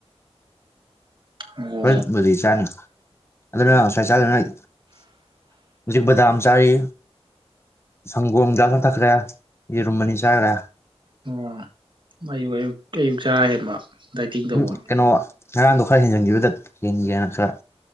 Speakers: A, on the right; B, on the left.
A: ꯑꯣ
B: ꯍꯕꯨ ꯆꯥꯅꯤ ꯑꯗꯨꯗꯅ ꯁꯆꯥ ꯍꯥꯏ ꯍꯧ ꯗꯥꯝ ꯆꯥꯔꯤ ꯁꯪꯒꯣꯝꯗ ꯍꯊꯛꯈ꯭ꯔꯦ ꯌꯦꯔꯨꯝ ꯑꯅꯤ ꯆꯥꯈ꯭ꯔꯦ
A: ꯑꯣ ꯑꯌꯨꯛ ꯑꯌꯨꯛ ꯑꯌꯨꯛ ꯆꯔ ꯍꯦꯟꯕ ꯗꯥꯏꯇꯤꯡ ꯇꯧꯕ
B: ꯎꯝ ꯀꯩꯅꯣ ꯉꯔꯥꯡꯗꯣ ꯈꯔ ꯍꯦꯟꯖꯟꯈꯤꯕꯗ ꯍꯦꯟꯒꯦꯅ ꯈꯔ